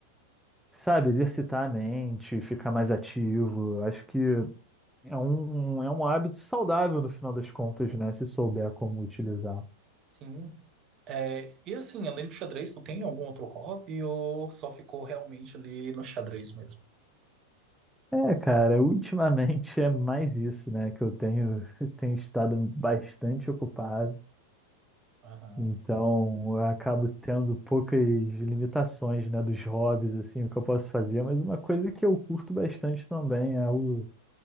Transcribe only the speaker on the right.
Sim. É, e assim, além do xadrez, tu tem algum outro hobby ou só ficou realmente ali no xadrez mesmo?
Aham.